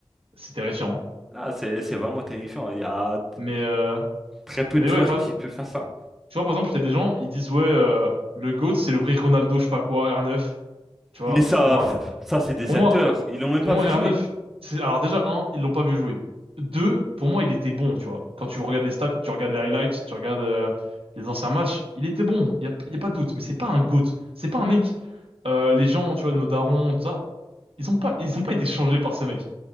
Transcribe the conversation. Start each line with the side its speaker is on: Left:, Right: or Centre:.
Right: C'est terrifiant. hein.
Centre: Ah, c'est c'est vraiment terrifiant. Il y a
Right: Mais, euh...
Centre: très peu
Right: mais
Centre: de joueurs
Right: ouais, par...
Centre: qui
Right: exemple-
Centre: peuvent faire ça.
Right: tu vois, par exemple, il y a des gens, ils disent, ouais, euh, le GOAT, c'est le vrai Ronaldo, je sais pas quoi, R9. Tu vois,
Centre: Mais ça,
Right: pour moi,
Centre: pff, ça c'est des
Right: pour
Centre: acteurs.
Right: moi,
Centre: Ils l'ont même pas
Right: Pour moi,
Centre: vu jouer.
Right: R9, c'est... Alors déjà, un, ils l'ont pas vu jouer. Deux, pour moi, il était bon, tu vois. Quand tu regardes les stats, tu regardes les highlights, tu regardes euh, les anciens matchs, il était bon, il y a, y a pas de doute. Mais c'est pas un GOAT, c'est pas un mec... euh, les gens, tu vois, nos darons, tout ça, ils ont pas, ils ont pas été changés par ce mec.